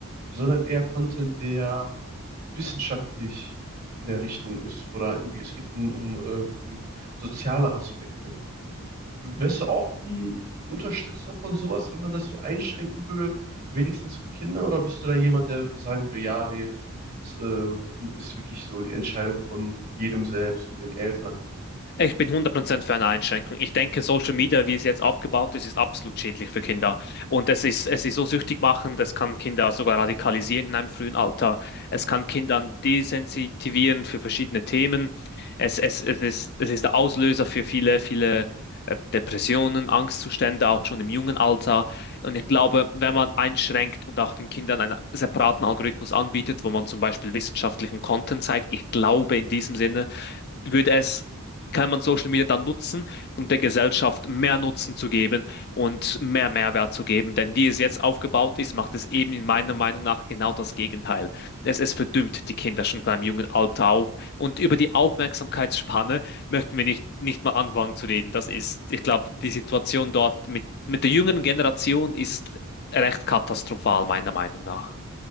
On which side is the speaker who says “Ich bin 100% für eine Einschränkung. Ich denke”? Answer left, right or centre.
Left